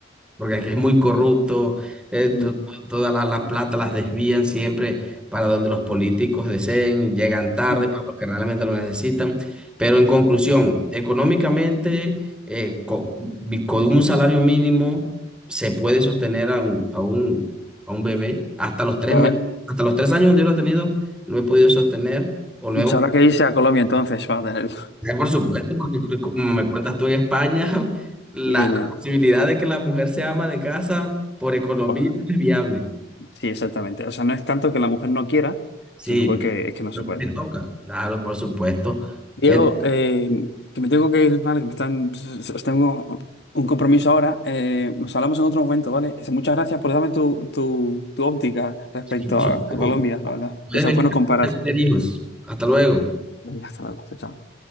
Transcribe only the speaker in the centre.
porque aquí es muy corrupto, eh, to-
todas las, las plata las desvían siempre para donde los políticos deseen, llegan tarde
para los que realmente lo necesitan. Pero en conclusión, económicamente, eh, co- vi- con, un salario mínimo se puede sostener a un, a un, a un bebé hasta los tres,
me- hasta los tres años donde yo lo he tenido, lo he podido sostener o lo
hemos
eh, Por supuesto, porque c- como me cuentas tú en España, <laughs> la,
la posibilidad de que la mujer se ama de casa por economía
es viable.
Sí,
lo
que
le toca. Claro, por supuesto.
Eh,
sí, por supuesto.
Puedes
venir
a tener hijos. Hasta luego.